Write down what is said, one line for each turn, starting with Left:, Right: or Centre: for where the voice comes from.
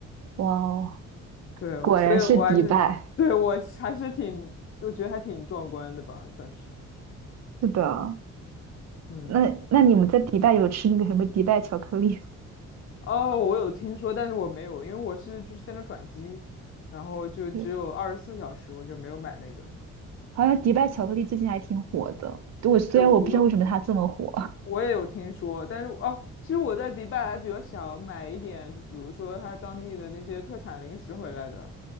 Right: 哇哦，
Left: 对，
Right: 果然是迪拜。
Left: 所以我还是对我还是挺，我觉得还挺壮观的吧，算是。
Right: 是的，
Left: 嗯，
Right: 那那你们在迪拜有吃那个什么迪拜巧克力吗？
Left: 哦，我有听说，但是我没有，因为我是就是在那转机，然后就只有二十四小时，
Right: 对，
Left: 我就没有买那个。
Right: 好像迪拜巧克力最近还挺火的。对我虽然我不知道为什么它这么火，
Left: 对，我我也有听说，但是哦，其实我在迪拜还比较想买一点，就比如说他当地的那些特产零食回来的，